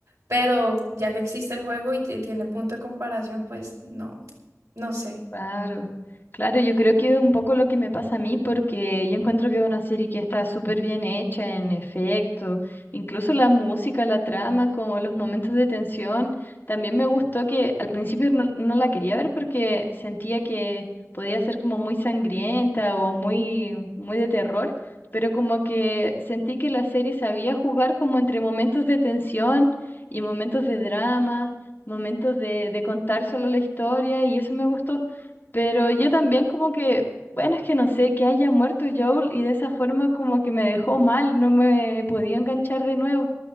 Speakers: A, on the right (about 80°); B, on the left (about 40°).
A: pero ya que existe el juego y, t- tiene punto de comparación, pues no, no sé.
B: Claro, claro, yo creo que es un poco lo que me pasa a mí, porque yo encuentro que es una serie que está súper bien hecha en efecto, incluso la música, la trama, como los momentos de tensión. También me gustó que al principio no, no la quería ver porque sentía que podía ser como muy sangrienta o muy, muy de terror, pero como que sentí que la serie sabía jugar como entre momentos de tensión y momentos de drama, momentos de, de contar solo la historia, y eso me gustó. Pero yo también como que, bueno, es que no sé, que haya muerto Joel y de esa forma como que me dejó mal, no me podía enganchar de nuevo.